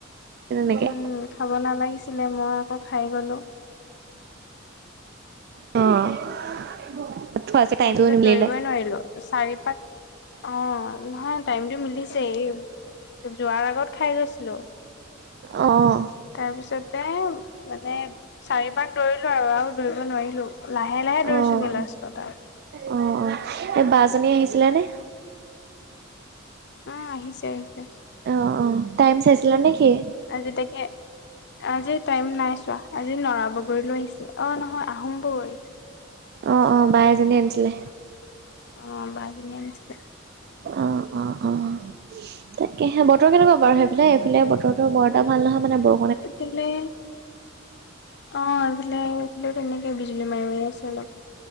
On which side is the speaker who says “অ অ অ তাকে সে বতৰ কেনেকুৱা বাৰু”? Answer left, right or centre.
Right